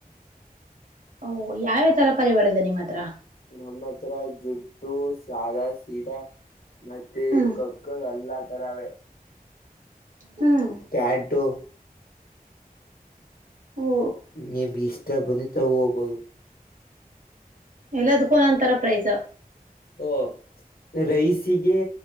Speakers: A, on the right; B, on the left.
A: ಓ ಯಾವ್ಯಾವ ತರ ಪರಿ ಒಳದ ನಿಮ್ಮ ಹತ್ರ
B: ನಮ್ಮತ್ರ ಜುಟ್ಟು ಸಧ ಸೀದಾ ಮತ್ತೆ
A: ಹ್ಮ್
B: ಖೊಖೋ ಎಲ್ಲಾ ತರವೇ
A: ಹ್ಮ್
B: ಕ್ಯಾಟು
A: ಓ
B: ನಿಮ್ಗೆ ಇಷ್ಟ ಬಂದಿತಾವ ಹೋಗಬರು
A: ಎಲ್ಲದಕನಂತರ ಪ್ರೈಸ
B: ಓ ರೈಸಿಗೆ